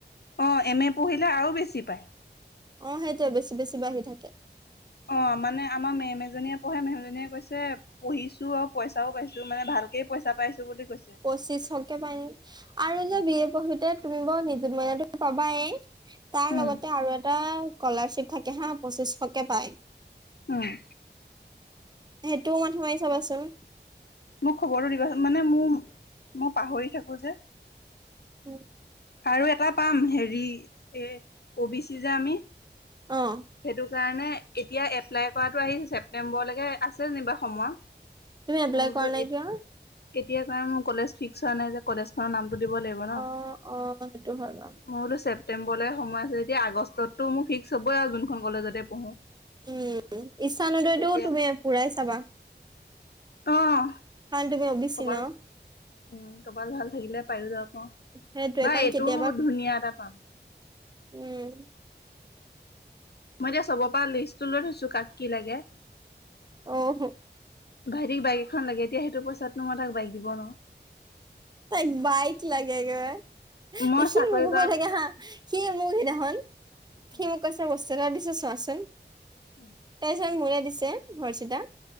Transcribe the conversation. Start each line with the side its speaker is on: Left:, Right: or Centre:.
Left: অ', এম এ পঢ়িলে আৰু বেছি পায়।
Right: অ', সেইটোয়ে বেছি, বেছি বাঢ়ি থাকে।
Left: অ', মানে আমাৰ মেম এজনীয়ে পঢ়ে মেহমজনীয়ে কৈছে পঢ়িছো আৰু পইচাও পাইছো মানে ভাল। কেই পইচা পাইছো বুলি কৈছে।
Right: পঁচিছ তে পাই আৰু যে বি এ পঢ়োতে তুমি বৰ নিজু মইনাটো পাবায়েই। তাৰ
Left: উম
Right: লগতে আৰু এটা স্কলাৰশ্বিপ থাকে হা পঁচিছশকে পায়।
Left: অ'।
Right: সেইটোও মথা মাৰি চাবাচোন।
Left: মোক খবৰটো দিবাচ মানে মোৰ মই পাহৰি থাকো যে।
Right: উম।
Left: আৰু এটা পাম হেৰি এ অ বি চি যে আমি।
Right: অ'।
Left: সেইটো কাৰণে এতিয়া এপ্লাই কৰাটো আহি ছেপটেম্বৰলৈকে আছে যেনিবা সময়।
Right: তুমি এপ্লাই
Left: মই বোলো
Right: কৰা নাই কিয়?
Left: এতিয়া কাৰণ মোৰ কলেজ ফিক্স হোৱা নাই যে কলেজ খনৰ নামটো দিব লাগিব ন।
Right: অ
Left: মই
Right: অ সেইটো হয় বাৰু
Left: বোলো ছেপ্তেম্বৰলৈ সময় আছে যেতিয়া আগষ্টততো মোৰ ফিক্স হ'বই আৰু যোনখন কলেজতে পঢ়ো।
Right: উম, ইচ্ছা নদয়টোও
Left: তেতিয়া
Right: তুমি পুৰাই চাবা।
Left: অ'।
Right: কাৰণ তুমি অ বি
Left: ক'বাত
Right: ছি ন।
Left: উম, কপাল ভাল থাকিলে পায়ো যাওঁ পাওঁ
Right: সেইটোৱে
Left: বা
Right: কাৰণ
Left: এইটোও
Right: কেতিয়াবা
Left: ধুনীয়া এটা পাম।
Right: উম।
Left: মই এতিয়া চবৰ পৰা লিষ্টটো লৈ থৈছো কাক কি লাগে।
Right: অহ,
Left: ভাইটিক বাইক এখন লাগে এতিয়া সেইটো পইচাতো মই তাক বাইক দিব নোৱাৰো।
Right: তাইক বাইক লাগে একেবাৰে,
Left: মই
Right: সি
Left: চাকৰি
Right: মোকো
Left: কৰা
Right: গৈ থাকে হা সি মোৰ সিদিনাখনন
Left: উম,
Right: সি মোক কৈছে বস্তু দিছে চোৱাচোন,
Left: উম,
Right: তাৰপিছত মোৰে দিছে ভইচ এটা।